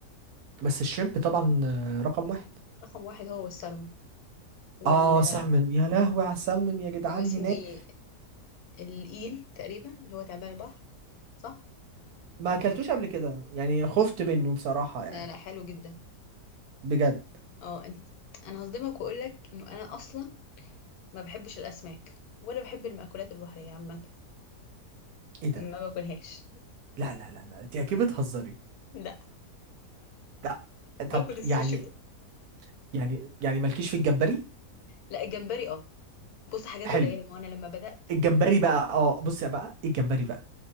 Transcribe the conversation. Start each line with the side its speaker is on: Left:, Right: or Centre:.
Right: بس الشrimب طبعا آه، رقم واحد
Left: رقم واحد هو السلمون وال
Right: اه سالمون يا لهوي على السالمون يا جدعان
Left: واسمه
Right: هناك
Left: ايه الإيل تقريبا اللي هو تعبان البحر صح
Right: ما اكلتوش قبل كده يعني خفت منه بصراحه يعني
Left: لا لا حلو جدا
Right: بجد
Left: اه انت انا هصدمك واقول لك انه انا اصلا ما بحبش الاسماك ولا بحب المأكولات البحريه عامه
Right: ايه ده
Left: ما باكلهاش
Right: لا لا لا لا انت اكيد بتهزري
Left: لا
Right: لا
Left: باكل
Right: طب
Left: السوشي
Right: يعني
Left: بس
Right: يعني يعني مالكيش في الجمبري
Left: لا الجمبري اه بص حاجات
Right: حلو
Left: قليله ما هو انا لما بدأت
Right: الجمبري بقى اه بصي بقى الجمبري بقى